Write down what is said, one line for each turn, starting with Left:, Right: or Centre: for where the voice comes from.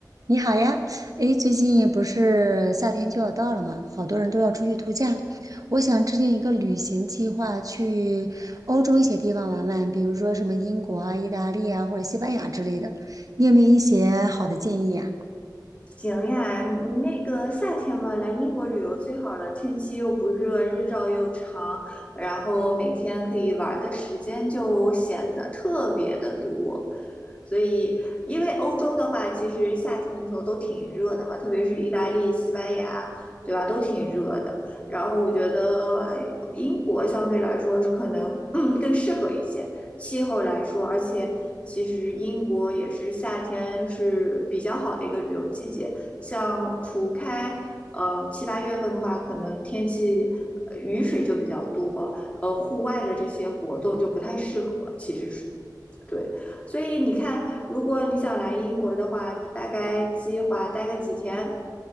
Right: 你好呀，诶，最近不是夏天就要到了嘛，好多人都要出去度假。我想制定一个旅行计划，去欧洲一些地方玩玩，比如说什么英国啊、意大利啊或者西班牙之类的。你有没有一些好的建议呀？
Left: 行呀，你那个夏天嘛，来英国旅游最好了，天气又不热，日照又长，然后每天可以玩儿的时间就显得特别的多。所以，因为欧洲的话，其实夏天的时候都挺热的嘛，特别是意大利、西班牙，对吧，都挺热的。然后我觉得英国相对来说是可能，嗯，更适合一些。气候来说，而且其实英国也是夏天是比较好的一个旅游季节。像除开呃七八月份的话，可能天气呃雨水就比较多，呃，户外的这些活动就不太适合。其实是对，所以你看，如果你想来英国的话，你大概计划待个几天？